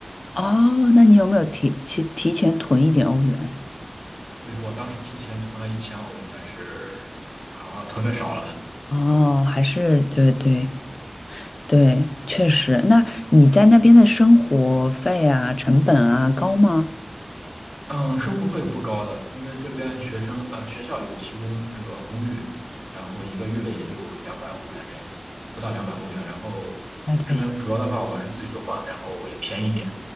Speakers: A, on the left (about 50°); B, on the right (about 45°).
A: 哦，那你有没有提提提前囤一点欧元？
B: 所以说我当时提前囤了一千欧，但是啊囤的少了。
A: 哦，还是对对。对，确实。那你在那边的生活费啊、成本啊高吗？
B: 嗯，生活费不高的，因为这边学生呃学校有提供这个公寓，然后一个月也就两百欧元这样子，不到两百欧元。然后
A: 那太行。
B: 这边主要的话我是自己做饭，然后也便宜一点。